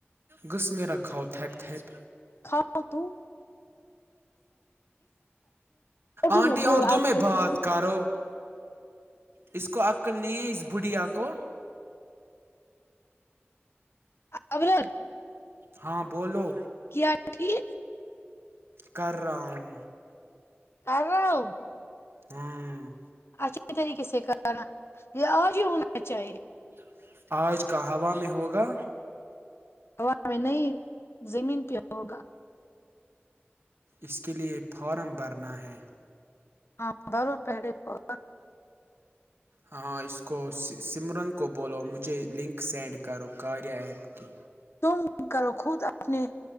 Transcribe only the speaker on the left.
کھاؤ تو اٹھ
میں بول
آ
کر
کچھ بھی
ابرت
کیا ٹھیک
کر رہؤ
اچھا ا طریقے سے کرانا یہ آج ہی ہونا چاہیے
ہا میں نہیں زمین پہ ہوگا
ہاں بر پہرے پر
تم کرو خود اپنے